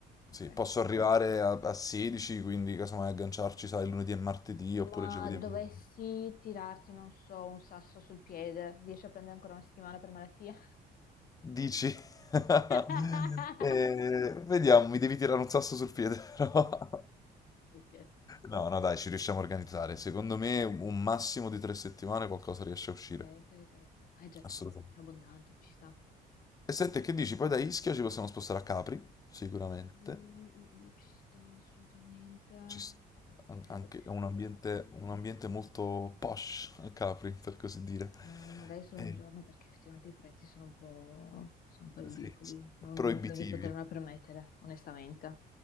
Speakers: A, on the left; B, on the left.
A: sì,
B: ok.
A: posso arrivare a, a 16, quindi casomai agganciarci, sai, lunedì e martedì oppure
B: Ma
A: giovedì. e
B: dovessi
A: venerdì.
B: tirarti, non so, un sasso sul piede, riesci a prendere ancora una settimana per malattia?
A: Dici? <laughs>
B: <laughs>
A: Eh, vediamo, mi devi tirare un sasso sul piede, però. <laughs>
B: Ok,
A: No, no, dai, ci riusciamo a organizzare. Secondo me un massimo di tre settimane qualcosa riesce a uscire.
B: ok, ok. ok. Ma è già tanto,
A: Assolutamente.
B: è abbondante, ci sta.
A: E senti, che dici? Poi da Ischia ci possiamo spostare a Capri, sicuramente.
B: Mm, mm, mm, ci sta assolutamente.
A: Ci s- an-
B: Ci
A: anche
B: sta, ci
A: è un ambiente,
B: sta.
A: un ambiente molto posh a Capri, per così dire.
B: Ma magari solo
A: Eh,
B: un giorno perché effettivamente i prezzi sono un po', sono un po' ridicoli.
A: sì, sì.
B: Non,
A: proibitivi,
B: non credo di potermela permettere, onestamente.